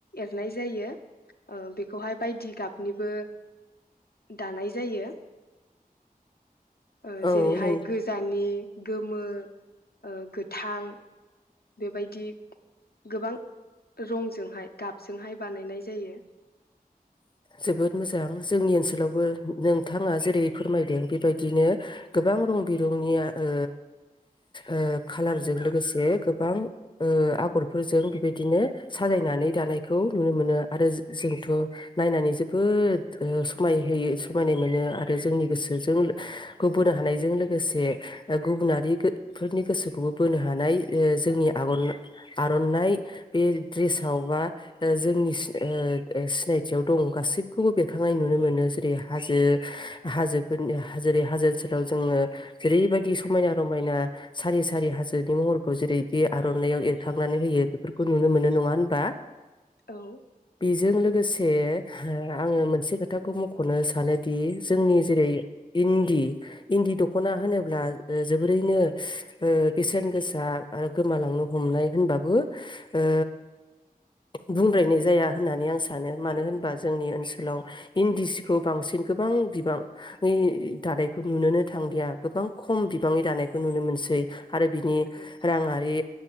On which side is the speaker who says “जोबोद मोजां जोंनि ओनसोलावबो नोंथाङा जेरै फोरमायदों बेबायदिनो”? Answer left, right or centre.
Left